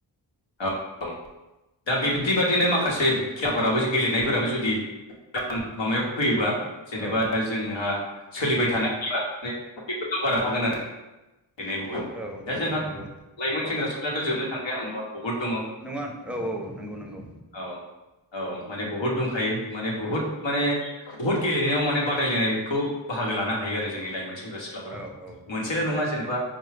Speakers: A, on the left (about 75°); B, in the centre.
A: <inaudible> दा बेबादि बादिनो माखासे खेलाफोराबो गेलेनायफोराबो जुदि माबायाव फैयोबा <unintelligible> जेनेबा
B: औ
A: जोंहा सोलिबाय
B: औ
A: थानायानो हा <unintelligible> मे बेफोर दावगानोानो हागोन आरो बेनायबो
B: औ
A: दा
B: नोंथां
A: जोंहा
B: नंगौ
A: लाइमोन सेंग्रा सिख्लाथ' जोबनो थांखाया नंबा बहुद दङ
B: नङा औ औ नंगौ नंगौ।
A: औ औ माने बहुद दंखायो माने बुहुद
B: औ
A: माने बुहुद गेलेनायाव माने बादायलायनायखौ बाहागो लानो हायो आरो जोंनि लाइमोन सेंग्रा सिख्लाफोरा
B: औ औ
A: मोनसेल' नङा जेनेबा